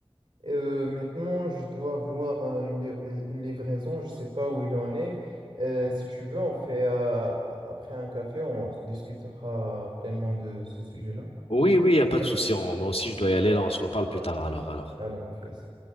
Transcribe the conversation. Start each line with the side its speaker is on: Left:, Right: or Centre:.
Right: Euh, maintenant, je dois avoir euh, une livra- une livraison, je sais pas où il en est. Euh, si tu veux, on fait euh, a- après un café, on discutera pleinement de ce sujet-là.
Left: Oui, oui, y a pas de souci. On- moi aussi, je dois y aller. Là, on se reparle plus tard. Alors, alors.
Right: Allez, on fait ça.